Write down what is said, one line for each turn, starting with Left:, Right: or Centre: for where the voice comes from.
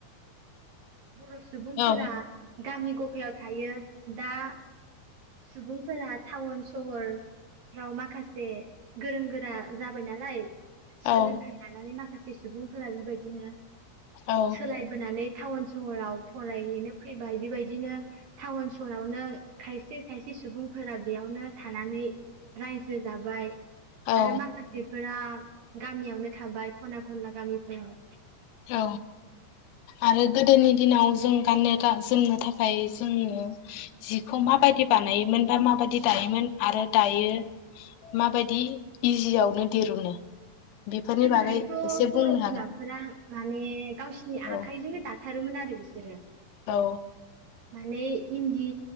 Right: बर' सुबुंफोरा
Left: औ
Right: गामि <unintelligible> <unintelligible> थायो दा सुबुंफोरा टाउन सहरफ्राव माखासे गोरों गोरा जाबाय नालाय। सोलोंथाइ
Left: औ
Right: लानानै माखासे सुबुंफोरा बेबायदिनो
Left: औ
Right: सोलायबोनानै टाउन सहराव फरायहैनो फैबाय बेबायदिनो टाउन सहरावनो थाय खायसे खायसे सुबुंफोरा बेयावनो थानानै रायजो जाबाय
Left: औ
Right: आरो माखासेफोरा गामियावनो थाबाय खना खनला गामिफोराव
Left: औ आरो गोदोनि दिनाव जों गाननो था जोमनो थाखाय जोङो जिखौ माबायदि बानायोमोन बा माबायदि दायोमोन आरो दायो माबायदि इजियावनो दिरुनो बेफोरनि
Right: गोदोहायथ
Left: बागै एसे
Right: बर
Left: बुंनो
Right: बिमाफोरा
Left: हागोन
Right: माने गावसिनि
Left: औ
Right: आखाइजोंनो दा थारोमोन आरो बिसोरो ।
Left: औ।
Right: माने इन्दि